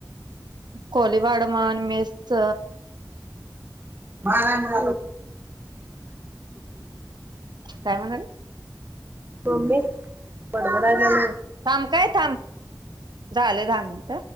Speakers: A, on the right; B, on the right.
A: खोली भाड म्हण मेसच
B: मा म.
A: काय म्हणाले.
B: ममी बडबडाल्या
A: थांब काय थांब झालंय दहा मिनट.